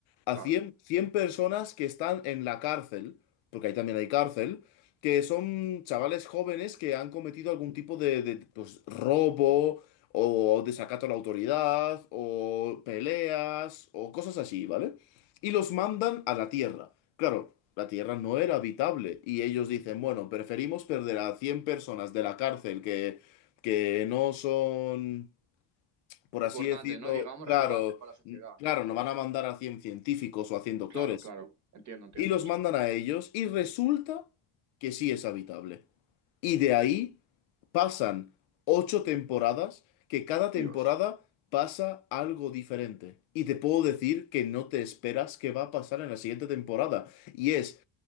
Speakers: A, on the left; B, on the right.
A: a
B: claro.
A: cien cien personas que están en la cárcel, porque ahí también hay cárcel, que son chavales jóvenes que han cometido algún tipo de, de, pues, robo o desacato a la autoridad o peleas o cosas así, ¿vale? Y los mandan a la Tierra. Claro, la Tierra no era habitable y ellos dicen, bueno, preferimos perder a 100 personas de la cárcel que que no son, por
B: importantes
A: así decirlo,
B: ¿no? Digamos
A: claro,
B: relevantes para la sociedad,
A: n- claro,
B: ya.
A: no van a mandar a 100 científicos o a cien doctores.
B: Claro, claro. Entiendo, entiendo,
A: Y los
B: sí, sí.
A: mandan a ellos y resulta que sí es habitable. Y de ahí pasan ocho temporadas, que cada temporada
B: Dios.
A: pasa algo diferente. Y te puedo decir que no te esperas qué va a pasar en la siguiente temporada. Y es